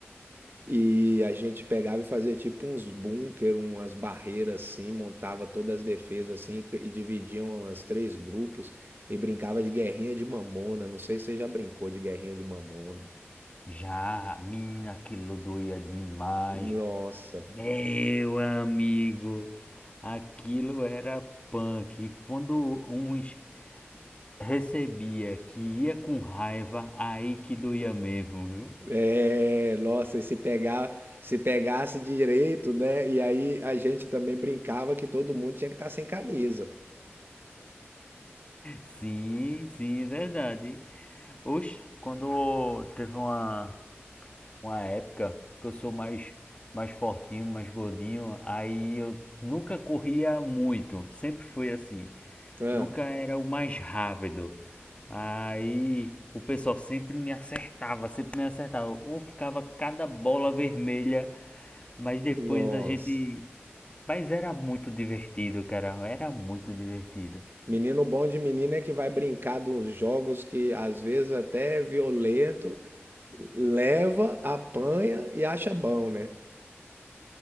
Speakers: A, on the right; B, on the left.
A: E a gente pegava e fazia tipo uns bunker, umas barreiras assim, montava todas as defesas assim e dividiam as três grupos e brincava de guerrinha de mamona. Não sei se você já brincou de guerrinha de mamona.
B: Já, menina, aquilo doía demais.
A: Nossa,
B: Meu amigo, aquilo era punk. E Quando uns recebia que ia com raiva, aí que doía mesmo, viu?
A: é, nossa, e se pegar, se pegasse direito, né? E aí a gente também brincava que todo mundo tinha que estar sem camisa.
B: Sim, sim, é verdade. Oxe, quando teve uma, uma época que eu sou mais, mais fortinho, mais gordinho, aí eu nunca corria muito, sempre foi assim.
A: Ah,
B: Nunca era o mais rápido. Aí o pessoal sempre me acertava, sempre me acertava. Ou ficava cada bola vermelha, mas depois
A: nossa.
B: a gente. Mas era muito divertido, cara, era muito divertido.
A: Menino bom de menina é que vai brincar de uns jogos que às vezes até é violento, leva, apanha e acha bom, né?